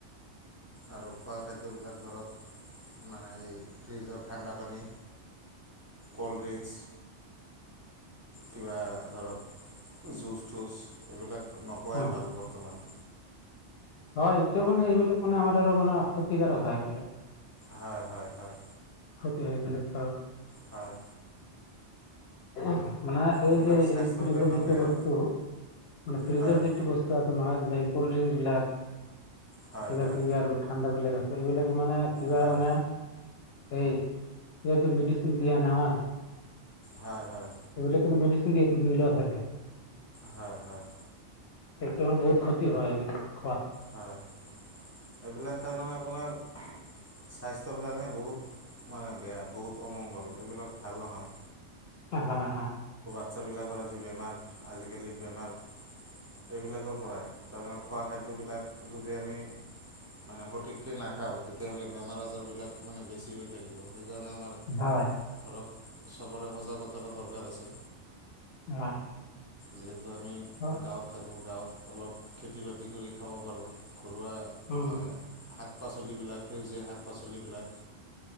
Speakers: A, on the right; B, on the left.
A: আৰু খোৱা খাদ্যবিলাক ধৰক মানে এই ফ্ৰ্ৰীজৰ ঠাণ্ডা পানী। কল্ ড্ৰিংকস কিবা ধৰক জুচ তুচ এইবিলাক। নোখোৱাই
B: অ
A: ভাল বৰ্তমান।
B: হয় সেইটোও মানে এইবিলাক মানে আমাৰ আৰু মানে ক্ষতিকাৰক হয় এইবিলাক।
A: হয় হয় হয়।
B: এতিয়া সেইবিলাক ধৰক
A: হয়।
B: <unintelligible> মানে এই
A: এইবিলাক
B: যে
A: স্বাস্থ্যৰ
B: এই ফ্ৰিজৰ
A: কাৰণেও
B: যিটো
A: বেয়া
B: বস্তু, মানে ফ্ৰিজৰ
A: হয়
B: যিটো বস্তু আছে নহয় নেইলপলিচ বিলাক
A: হয়
B: কিবা
A: হয়
B: কিবি আৰু ঠাণ্ডা বিলাক আছে, এইবিলাক মানে কিবা
A: হয়
B: মানে এই সিহঁতি মেডিচিন দিয়া নহয়
A: হয়, হয়।
B: সেইবালাকত মেডিচিন দিয়া, মিলোৱা থাকে <unintelligible>
A: হয়, হয়।
B: তোমাৰ বহুত ক্ষতি হয় এইবিলাক খোৱাত।
A: হয়, এইবিলাক তাৰমানে আপোনাৰ স্বাস্থ্যৰ কাৰণে বহুত মানে বেয়া বহুত অমংগল এইবিলাক ভাল নহয়।
B: হয় হয়।
A: বাচ্ছা বিলাকৰ আজি বেমাৰ আজিকালি বেমাৰ এইবিলাকৰ পৰাই, তাৰমানে খোৱা খাদ্যবিলাক যোগে আমি মানে সঠিককে নাখাও, তেতিয়াহ'লে বেমাৰ আজাৰ বিলাক মানে বেছি হৈ থাকিব। সেইকাৰণে আমাৰ ঘৰত
B: হয়
A: চবৰে সজাগতাৰো দৰকাৰ আছে।
B: হয়।
A: যিহেতু আমি
B: হয়
A: গাঁৱত থাকো, গাঁৱত অলপ খেতি বাতি কৰি খাব পাৰো। ঘৰুৱা
B: উম
A: মানে শাক পাচলিবিলাক সেউজীয়া শাক পাচলিবিলাক।